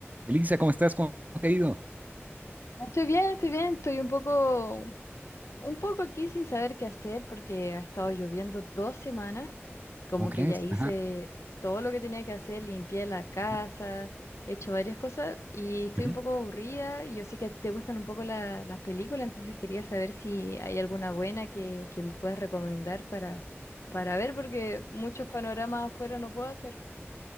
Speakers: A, on the right; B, on the left.
A: Elisa, ¿cómo estás? ¿Cómo te ha ido?
B: Estoy bien, estoy bien, estoy un poco, un poco aquí sin saber qué hacer porque ha estado lloviendo dos semanas, como
A: ¿Cómo crees?
B: que ya hice
A: Ajá,
B: todo lo que tenía que hacer, limpié la casa,
A: ajá,
B: he hecho varias cosas y estoy
A: ujú.
B: un poco aburrida. Yo sé que a ti te gustan un poco la- las películas, entonces quería saber si hay alguna buena que, que me puedas recomendar para, para ver porque muchos panoramas afuera no puedo hacer.